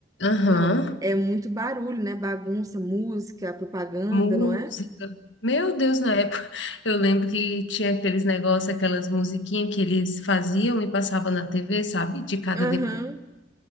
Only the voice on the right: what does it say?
Não, é muito barulho, né? Bagunça, música, propaganda,
não é?
Aham,